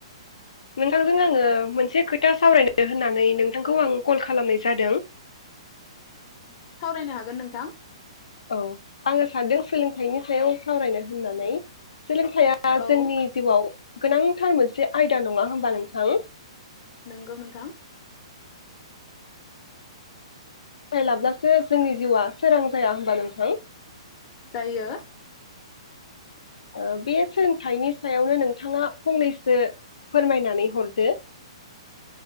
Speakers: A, on the left (about 85°); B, on the left (about 35°).
A: नोंथांजों आङो मोनसे खोथा सावरायनो होननानै नोंथांखौ आं कल खालामनाय जादों।
B: सावरायनो हागोन नोंथां।
A: औ आङो सानदों सोलोंथाइनि सायाव सावरायनो होननानै। सोलोंथाइया
B: औ
A: जोंनि जिउआव गोनांथार मोनसे आयदा नङा होमबा नोंथां?
B: नोंगौ नोंथां।
A: थाय लाब्लासो जोंनि जिउआ सोरां जाया होनबा नोंथां?
B: जायो
A: ओ बे सोलोंथाइनि सायावनो नोंथाङा फंनैसो फोरमायनानै हरदो।